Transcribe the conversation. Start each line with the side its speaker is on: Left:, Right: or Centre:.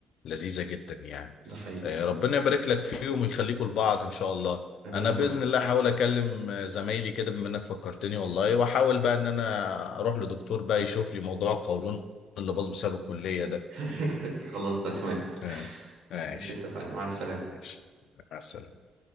Left: لذيذة جدا يعني
Right: ده حقيقي
Left: آه، ربنا يبارك لك فيهم ويخليكوا لبعض ان شاء الله
Right: امين
Left: انا
Right: يا
Left: بإذن
Right: رب
Left: الله هحاول اكلم آه، زمايلي كده بما انك فكرتني والله واحاول بقى ان انا اروح لدكتور بقى يشوف لي موضوع القولون اللي باظ بسبب الكلية ده
Right: <laughs> خلاص تمام
Left: آه، ماشي
Right: ماشي اتفقنا مع السلامه
Left: ماشي مع السلامة